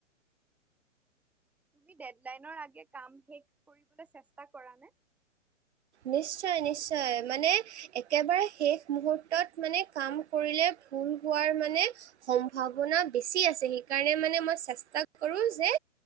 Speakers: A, in the centre; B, on the right (about 60°).
A: তুমি গাইট লাইন আগে কাম শেষ কৰিবলে চেষ্টা কৰা নে।
B: নিশ্চয় নিশ্চয় মানে। একেবাৰে শেষ মুহুৰ্তত মানে কাম কৰিলে ভুল হোৱাৰ মানে। সম্ভাৱনা বেছি আছে সেইকাৰণে মানে মই চেষ্টা কৰো যে।